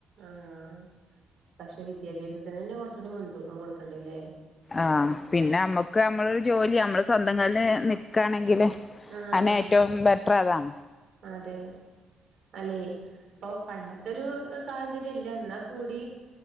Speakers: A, on the right; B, on the left.
A: ആഹ പക്ഷെ വിദ്യാഭ്യാസത്തിന് തന്നെ കൊറച്ചൂടി മുൻതൂക്കം കൊടുക്കണ്ടല്ലേ
B: ആഹ് പിന്നെ നമ്മുക്ക് നമ്മളരു ജോലി നമ്മള് സ്വന്തം കാല നിക്കാണെങ്കില്
A: ആഹ്
B: അനെ ഏറ്റവും ബെറ്റർ അതാണ്
A: അതെ അല്ലെ അപ്പൊ പണ്ടത്തെരു സാഹചര്യല്ല എന്നാ കൂടി